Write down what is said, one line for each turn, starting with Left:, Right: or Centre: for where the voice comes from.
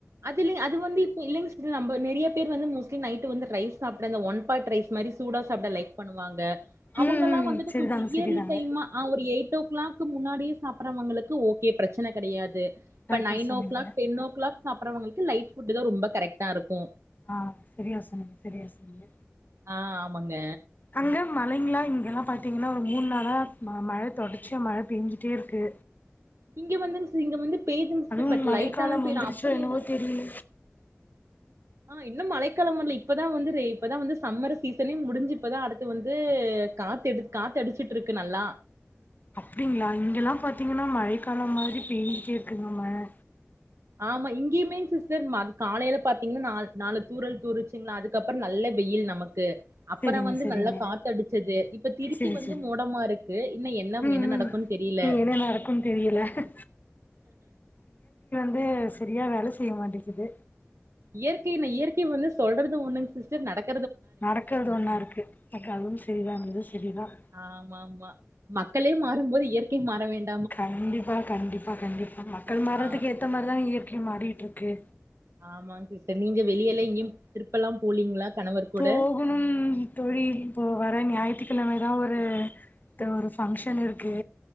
Right: அது இல்லங்க அது வந்து இப்ப இல்லைங்க இல்ல நம்ப நிறைய பேர் வந்து மோஸ்ட்லி நைட்டு வந்து ரைஸ் சாப்பிட அந்த ஒன் பாட் ரைஸ் சூடாக சாப்பிட லைக் பண்ணுவாங்க அவங்கெல்லாம்
Left: ம் ம்
Right: வந்துட்டு
Left: சரிதாங்க
Right: கொஞ்சம் இயர்லி
Left: சரிதாங்க
Right: டைம்மா ஒரு எயிட் ஓ கிளாக் க்கு முன்னாடியே சாப்புட்றவங்களுக்கு ஓகே பிரச்சன கடையாது இப்ப
Left: கரெக்டா
Right: நைன்
Left: சொன்னீங்க
Right: ஓ க்ளாக் டென் ஓ க்ளாக் தவங்கள்க்கு லைட் ஃபுட்டு தா ரொம்ப கரெக்டா இருக்கூ
Left: ஆ செரியா சொன்னிங்க செரியா சொன்னிங்க
Right: ஆ ஆமாங்க
Left: அங்க மழைங்லா இங்கல்லா பாத்தீங்கன்னா ஒரு மூண் நாளா ம மழை தொடர்ச்சியா மழை பெஞ்சுட்டே இருக்கு
Right: இங்க வந்துங் ஸ் இங்க வந்து பெய்துங் சிஸ்டர்
Left: அதுவும்
Right: பட்
Left: மழைக்காலம்
Right: லைட்டாதா
Left: வந்துருச்சோ
Right: பெய்து அப்படி
Left: என்னவோ
Right: இல்ல
Left: தெரியில
Right: ஆ இன்னும் மழைக்காலம் வர்ல இப்பதா வந்து ரெ இப்பதா வந்து சம்மர் சீசனே முடிஞ்சு இப்பதா அடுத்து வந்து காத்தெடு காத்து அடிச்சுட்ருக்கு நல்லா
Left: அப்டிங்களா இங்கேல்லா பாத்தீங்கன்னா மழைக்காலம் மாதிரி பெஞ்சுட்டே இருக்குங்க மழை
Right: ஆமா இங்கேயுமே சிஸ்டர் மர் காலையில பாத்தீங்கன்னா நால் நாலு தூறல் தூருச்சுங்களா அதுக்கப்புறோ நல்ல வெயில் நமக்கு அப்பறோ
Left: சரிங்க
Right: வந்து
Left: சரிங்க
Right: நல்லா காத்து அடிச்சுது இப்ப திருப்பி
Left: சரி
Right: வந்து
Left: சரி
Right: மூடமா இருக்கு இன்ன என்ன
Left: ம்
Right: என்ன
Left: ம்
Right: நடக்குன் தெரியில
Left: இனி என்ன நடக்குன்னு தெரியல ந்து செரியா வேல செய்ய மாட்டேக்குது
Right: இயற்கை ந இயற்கை வந்து சொல்றது ஒண்ணுங் சிஸ்டர் நடக்
Left: நடக்கறது ஒன்னா இருக்கு எனக்கு அதுவும் செரிதான் இதுவும் செரிதான்
Right: ஆமா ஆமா மக்களே மாறும்போது இயற்கை மாற வேண்
Left: கண்டிப்பா கண்டிப்பா கண்டிப்பா மக்கள் மாறதுக்கு
Right: ஆ
Left: ஏத்த மாரிதான் வீட்ல மாறிட்டு இருக்கு
Right: ஆமாங்க சிஸ்டர் நீங்க வெளியல ங்யு ட்ரிப்பெல்லாம் போலீங்களா கணவர் கூட
Left: போகணும் தோழி ப்போ வர ஞாய ஞாயிற்று கிழமைதான் ஒரு ஒரு ஃபங்க்ஷன் இருக்கு